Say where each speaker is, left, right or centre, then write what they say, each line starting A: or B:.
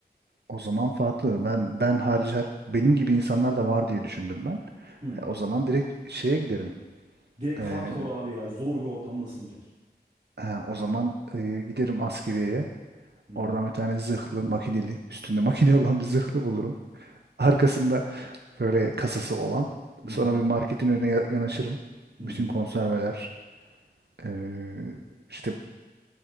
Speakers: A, on the right; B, on the right.
A: o zaman farklı. Ben ben harici her- benim gibi insanlar da var diye düşündüm ben.
B: Hı.
A: E, o zaman direkt şeye giderim.
B: Direkt
A: E,
B: hardcore abi ya. Zor bir ortamdasın direkt.
A: ha, o zaman e, giderim askeriyeye.
B: Hı hı.
A: Oradan bir tane zırhlı, makineli, üstünde makine olan bir zırhlı bulurum. Arkasında böyle kasası olan.
B: Hı
A: Sonra
B: hı.
A: bir marketin önüne ya- yanaşırım.
B: Hı
A: Bütün
B: hı.
A: konserveler, e, işte